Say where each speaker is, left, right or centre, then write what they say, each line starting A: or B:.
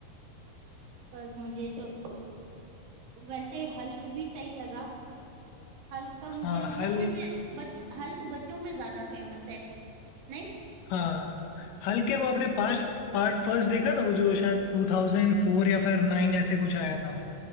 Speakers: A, on the right (about 85°); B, on the left (about 75°).
A: बस मुझे तो वैसे हल्क भी सही लगा हल्क का मुझे
B: हाँ
A: इतना
B: हल्क
A: वैसे बच हल्क बच्चों में ज्यादा फेमस है नहीं
B: हाँ हल्क के वो अपने पास पार्ट फर्स्ट देखा था वो जो शायद 2004 या फिर 9 ऐसे कुछ आया था